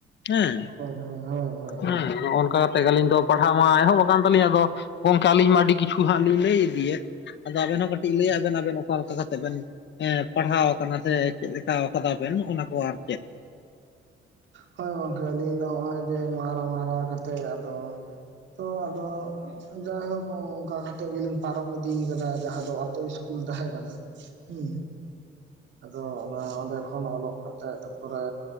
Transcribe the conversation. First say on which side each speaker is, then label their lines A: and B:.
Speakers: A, on the left; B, on the right.
A: ᱦᱮᱸ
B: ᱦᱳᱭ ᱦᱳᱭ ᱦᱳᱭ
A: ᱦᱮᱸ ᱱᱚᱜ-ᱚᱱᱠᱟ ᱠᱟᱛᱮᱜ ᱜᱮ ᱟᱹᱞᱤᱧ ᱫᱚ ᱯᱟᱲᱦᱟᱜ ᱢᱟ ᱮᱦᱚᱵ ᱟᱠᱟᱱ ᱛᱟᱹᱞᱤᱧ ᱟᱫᱚ ᱜᱚᱝᱠᱮ ᱟᱹᱞᱤᱧ ᱢᱟ ᱟᱹᱰᱤ ᱠᱤᱪᱷᱩ ᱦᱟᱸᱜ ᱞᱤᱧ ᱞᱟᱹᱭ ᱤᱫᱤᱭᱮᱫ, ᱟᱫᱚ ᱟᱵᱮᱱ ᱦᱚᱸ ᱠᱟᱹᱴᱤᱡ ᱞᱟᱹᱭᱟᱜ ᱵᱮᱱ ᱚᱠᱟ ᱞᱮᱠᱟ ᱠᱟ ᱛᱮᱜ ᱵᱮᱱ ᱮᱸ ᱯᱟᱲᱦᱟᱣ ᱟᱠᱟᱱᱟ ᱥᱮ ᱪᱮᱫ ᱞᱮᱠᱟᱣ ᱠᱟᱫᱟ ᱵᱮᱱ ᱚᱱᱟ ᱠᱚ ᱟᱨ ᱪᱮᱫ᱾
B: ᱦᱳᱭ ᱜᱚᱝᱠᱮ ᱟᱹᱞᱤᱧ ᱫᱚ ᱦᱚᱸᱜᱼᱚᱭ ᱡᱮ ᱢᱟᱦᱨᱟ ᱢᱟᱦᱨᱟ ᱠᱟᱛᱮᱫ ᱟᱫᱚ ᱛᱚ ᱟᱫᱚ ᱡᱟᱭᱦᱳᱠ ᱚᱱᱠᱟ ᱠᱟᱛᱮᱜ ᱜᱮᱞᱤᱧ ᱯᱟᱨᱚᱢ ᱤᱫᱤ ᱠᱟᱫᱟ ᱡᱟᱦᱟᱸ ᱫᱚ ᱟᱛᱳ ᱤᱥ ᱠᱩᱞ ᱛᱟᱦᱮᱸ ᱠᱟᱱᱟ, ᱦᱩᱸ ᱟᱫᱚ ᱚᱱᱟ ᱚᱸᱰᱮ ᱠᱷᱚᱱ ᱚᱞᱚᱜ ᱠᱟᱛᱮ ᱯᱚᱨᱮ